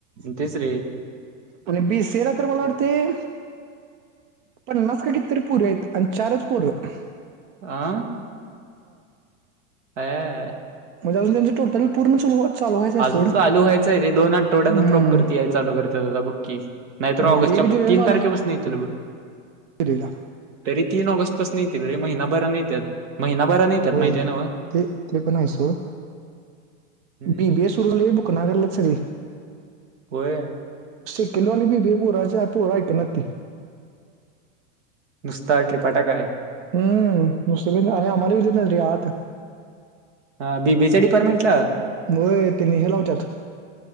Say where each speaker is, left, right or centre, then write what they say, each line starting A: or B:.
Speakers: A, on the right; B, on the right.
A: तिसरी
B: आणि बी सी ए ला तर मला
A: तिथली
B: वाटतय पन्नास का कितीतरी पोरी हाईत, आणि चारच पोरं
A: आ अयायाया
B: म्हजे अजुन त्यांचं टोटल <unintelligible>
A: अजून
B: सोड
A: चालू व्हायचय रे, दोन आठवड्यान
B: हम्म
A: प्रॉपर ती याय चालू करतेत आता बघकी. नाहीतर
B: होय,
A: ऑगस्टच्या
B: एक जुलैला
A: तीन तारखेपासनं येतील बग.
B: ते ला
A: तरी तीन ऑगस्ट पासनं येतील रे महिनाभरान येत्यात, महिना भरान येत्यात
B: होय
A: माहिती आय नव्हं.
B: ते ते पण हाय सोड.
A: हम्म.
B: बीबीए सुरू करलात सगे <unintelligible>
A: होय.
B: सेकंडवाली बीबीए भूरा च पूरा ऐकं नात ती
A: नुसता ट्रिपटा काय
B: हम्म, नुसतं बि आणि आम्हालाही वि देत ना रे आत.
A: हा बीबीए च्या डिपार्टमेंटला.
B: व्हय ते नी हे लावतत,,